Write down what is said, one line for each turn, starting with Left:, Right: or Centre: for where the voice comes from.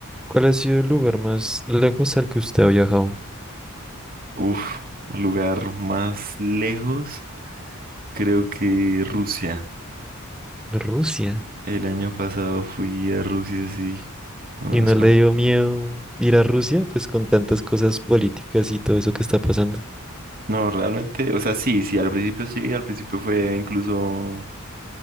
Centre: ¿Cuál ha sido el lugar más lejos al que usted ha viajado?
Right: Uf, lugar más lejos, creo que Rusia.
Centre: Rusia.
Right: El año pasado fui a Rusia, sí. Bueno,
Centre: ¿Y no
Right: es como...
Centre: le dio miedo ir a Rusia? Pues con tantas cosas políticas y todo eso que está pasando.
Right: No, realmente, o sea, sí, sí, al principio sí, al principio fue incluso